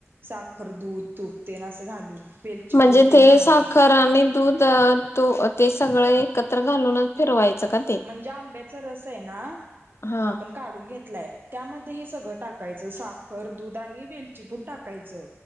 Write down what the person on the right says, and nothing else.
साखर दूध तूपते ना अस घालून वेलची
पूड तेन
घालून
ज्या आंब्याचा रस आहे ना
आपण काढून घ त्यामध्ये हे सगळं टाकायच साखर दूध आणि वेलचीपूड टाकायच